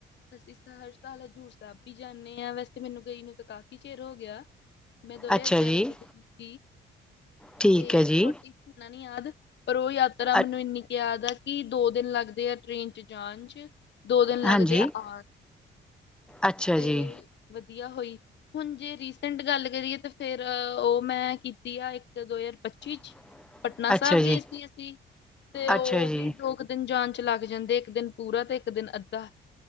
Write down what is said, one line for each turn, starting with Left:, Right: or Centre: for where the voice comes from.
Left: ਅਸੀ ਤਾਂ ਹਰ ਸਾਲ ਹਜ਼ੂਰ ਸਾਹਿਬ ਵੀ ਜਾਂਦੇ ਹਾਂ, ਵੈਸੇ ਮੈਨੂੰ ਗਈ ਨੂੰ ਤਾਂ ਕਾਫ਼ੀ ਚਿਰ ਹੋ ਗਿਆ। ਮੈਂ ਦੋ ਹਜ਼ਾਰ
Centre: ਅੱਛਾ
Left: ਗਿਆਰਾਂ
Centre: ਜੀ
Left: <unintelligible>
Centre: ਠੀਕ
Left: ਤੇ
Centre: ਹੈ ਜੀ
Left: ਨੀ ਯਾਦ ਪਰ ਉਹ ਯਾਤਰਾ ਮੈਨੂੰ
Centre: ਅ
Left: ਇੰਨੀ ਕੁ ਯਾਦ ਆ ਕਿ ਦੋ ਦਿਨ ਲੱਗਦੇ ਆ ਟ੍ਰੇਨ ਚ ਜਾਣ ਚ ਦੋ ਦਿਨ
Centre: ਹਾਂਜੀ
Left: ਲੱਗਦੇ ਆ ਆਨ
Centre: ਅੱਛਾ
Left: ਤੇ
Centre: ਜੀ
Left: ਵਧੀਆ ਹੋਈ ਹੁਣ ਜੇ ਰੀਸੈਂਟ ਗੱਲ ਕਰੀਏ ਤਾਂ ਫੇਰ, ਉਹ ਮੈਂ ਕੀਤੀ ਆ ਇੱਕ ਦੋ ਹਜ਼ਾਰ ਪੱਚੀ ਚ
Centre: <inaudible>
Left: ਪਟਨਾ
Centre: ਅੱਛਾ
Left: ਸਾਹਿਬ
Centre: ਜੀ
Left: ਗਏ ਸੀ ਅਸੀ ਤੇ ਉਹ
Centre: ਅੱਛਾ ਜੀ
Left: ਵੀ ਦੋ ਕ ਆਨ-ਜਾਨ ਚ ਲੱਗ ਜਾਂਦੇ, ਇੱਕ ਦਿਨ ਪੂਰਾ ਤੇ ਇੱਕ ਦਿਨ ਅੱਧਾ